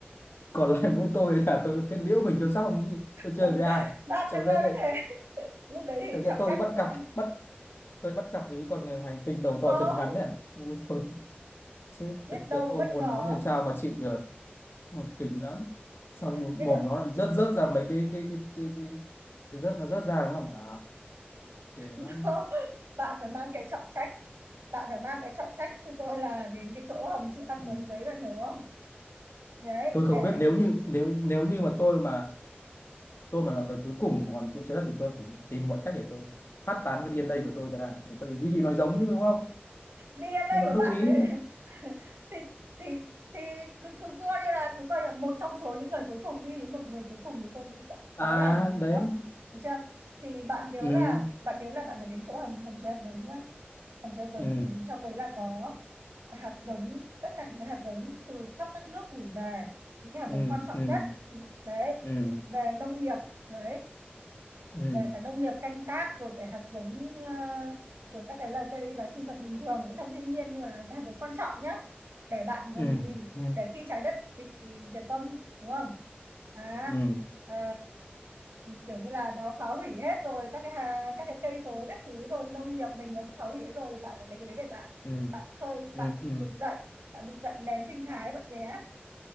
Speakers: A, on the left; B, on the right.
A: còn lại mỗi tôi là tôi kết liễu mình cho xong chứ tôi chơi
B: Còn
A: với ai
B: bạn
A: sau
B: đứng
A: đấy
B: làm
A: lại
B: như thế lúc đấy thì
A: sau cái
B: trọng
A: tôi
B: trách
A: đi bắt
B: của bạn
A: cặp bắt tôi bắt cặp với con người hành tinh đầu to
B: không
A: chân ngắn này Ui giời, chết
B: biết
A: thực
B: đâu
A: sự ôm
B: bất
A: hồn
B: ngờ
A: nó thì làm sao mà chịu được mà kinh lắm xong mồm
B: biết
A: mồm
B: đâu
A: nó
B: <laughs>
A: lại rớt rớt ra mấy cái cái cái cái cái, cái rớt nó rớt ra đúng không à ghê
B: No.
A: lắm
B: bạn phải mang cái trọng trách bạn phải mang cái trọng trách cho tôi là đến cái chỗ hầm chữ hạt
A: ừ.
B: giống đấy bạn hiểu không đấy
A: tôi không
B: để
A: biết nếu như nếu nếu như mà tôi mà tôi mà là người cuối cùng còn trên trái đất thì tôi phải tìm mọi cách để tôi phát tán cái DNA của tôi ra tôi duy trì nói giống chứ đúng không
B: DNA
A: nhưng mà
B: của
A: lúc
B: bạn
A: ý
B: ấy, <laughs> thì thì thì cứ cứ coi như là cứ coi là một trong số những người cuối cùng đi một người cuối cùng thì tôi nghĩ bạn
A: à
B: khó làm được gì
A: đấy
B: lắm được chưa thì bạn nhớ
A: ừ
B: là bạn nhớ là bạn phải đến chỗ hầm hầm chứa hạt giống nhá hầm chứa hạt giống
A: ừ
B: bởi vì trong đấy là có hạt giống tất cả những cái hạt giống từ khắp các nước gửi về những cái hạt
A: ừ
B: giống quan trọng
A: ừ
B: nhất đấy
A: ừ
B: về nông nghiệp đấy
A: ừ
B: về cả nông nghiệp canh tác rồi cái hạt giống ờ, rồi các cái là cây là sinh vật bình thường ở trong thiên nhiên nhưng mà là những hạt giống quan trọng nhá để bạn gần
A: ừ
B: gì
A: ừ
B: để khi trái đất bị diệt vong đúng không à,
A: ừ
B: ờ, kiểu như là nó phá hủy hết rồi các cái hà, các cái cây cối các thứ rồi nông nghiệp mình nó phá hủy hết rồi thì bạn phải lấy cái đấy để bạn
A: ừ
B: bạn khơi
A: ừ
B: bạn
A: ừ
B: vực dậy bạn vực dậy nền sinh thái bạn nhé